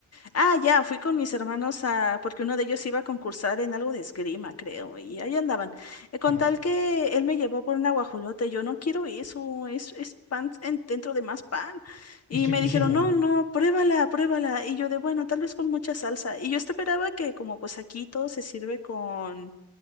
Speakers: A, on the left; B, on the left.
A: Ah, ya, fui con mis hermanos a, porque uno de ellos iba a concursar en algo de esgrima, creo, y ahí andaban. Eh, con
B: ajá.
A: tal que él me llevó por una guajolota, y yo no quiero eso, es, es pan en- dentro de más pan.
B: Es
A: Y
B: riquísima.
A: me dijeron, no, no, pruébala, pruébala. Y yo de, bueno, tal vez con mucha salsa. Y yo esperaba que como pues aquí todo se sirve con,